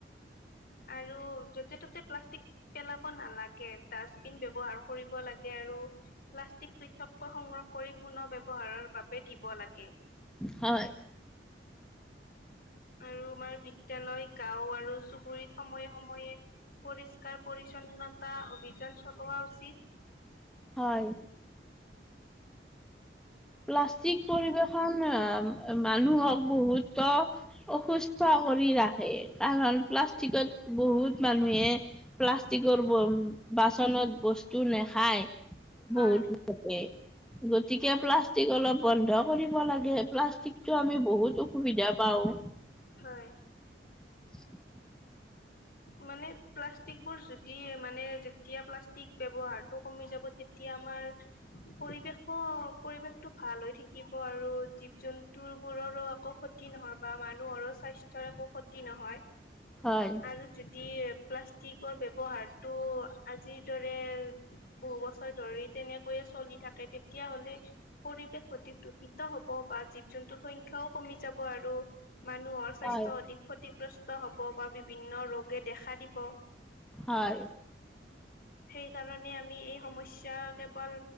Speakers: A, on the left (about 60°); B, in the centre.
A: আৰু য'তে ত'তে প্লাষ্টিক পেলাব নালাগে ডাষ্টবিন ব্যৱহাৰ কৰিব লাগে আৰু প্লাষ্টিক পৃথককৈ সংগ্ৰহ কৰি পুনৰ ব্যৱহাৰৰ বাবে দিব লাগে
B: হয়
A: আৰু আমাৰ বিদ্যালয় গাঁও আৰু চুবুৰীত সময়ে সময়ে পৰিষ্কাৰ পৰিচ্ছন্নতা অভিযান চলোৱা উচিত
B: হয় প্লাষ্টিক পৰিৱেশন মানুহক বহুতোক অসুস্থ কৰি ৰাখে কাৰণ প্লাষ্টিকত বহুত মানুহে প্লাষ্টিকৰ তন বাচনত বস্তু নেখায়
A: হয়
B: বহুতে গতিকে প্লাচ প্লাষ্টিক অলপ বন্ধ কৰিব লাগে, প্লাষ্টিকটো আমি বহুত অসুবিধা পাওঁ।
A: হয়।
B: <inaudible>
A: মানে প্লাষ্টিকবোৰ যদি মানে যেতিয়া প্লাষ্টিক ব্যৱহাৰটো কমি যাব এতিয়া আমাৰ পৰিৱেশো, পৰিৱেশটো ভাল হৈ থাকিব আৰু জীৱ-জন্তু বোৰৰো একো ক্ষতি নহয় বা মানুহৰো স্বাস্থ্যৰ একো ক্ষতি নহয়।
B: হয়।
A: আৰু যদি প্লাষ্টিকৰ ব্যৱহাৰটো আজিৰ দৰে বহু ধৰি তেনেকৈয়ে চলি থাকে তেতিয়াহলে পৰিৱেশ অধিক দূষিত হ'ব বা জীৱ জন্তু সংখ্যাও কমি যাব আৰু মানুহৰ স্বাস্থ্য
B: হয়
A: অধিক ক্ষতিগ্ৰস্ত হ'ব বা বিভিন্ন ৰোগে দেখা দিব।
B: হয়
A: সেইকাৰণে আমি এই সমস্য কেৱল